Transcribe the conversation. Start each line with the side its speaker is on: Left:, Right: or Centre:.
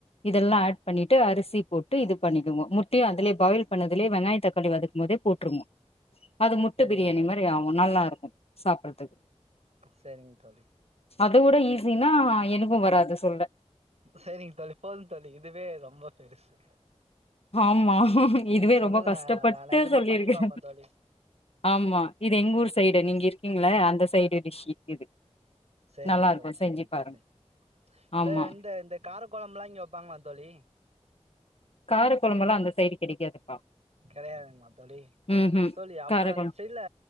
Left: இதெல்லா ஆட் பண்ணிட்டு அரிசிப் போட்டு இது பண்ணிகோங்கோ முட்டையு அதலேப் பாயில் பண்ணதுலே வெங்காயத் தக்காளி வதக்கும்மோதுப் போட்ருங்கோ அது முட்ட
Right: சரிங்க
Left: பிரியாணி
Right: தோழி
Left: மாரி ஆவு நல்லாருக்கு சாப்பறதுக்
Right: செரிங் தோழி
Left: அதோட ஈஸினா எனக்கு வராது சொல்ல
Right: சேரிங்க தோழி போது தோழி இதுவே ரொம்ப பெருசு
Left: ஆமா
Right: நீங்க
Left: இதுவே
Right: சொன்னது
Left: ரொம்ப கஷ்டப்பட்டு
Right: நா நா நெஜமா
Left: சொல்லிருக்கே
Right: பண்ணி பாப்பே தோழி
Left: ஆமா இது எங்க ஊர் சைடு நீங்க இருக்கீங்கள அந்த சைடு டிஷ் இது
Right: சரிங்க
Left: நல்லா இருக்கு
Right: தோழி சரிங்க
Left: செஞ்சு பாருங்க
Right: தோழி இந்த
Left: ஆமா
Right: இந்த இந்த காரக் குழம்புல்லா இங்க வைப்பாங்களா தோழி
Left: கார குழம்பெல்லா அந்த சைடு கெடைக்காதுப்பா
Right: கெடையாதுங்களா தோழி
Left: ம் ம்
Right: தோழி அப்றோ
Left: காரக்கொழம்பு
Right: இந்த சைட்ல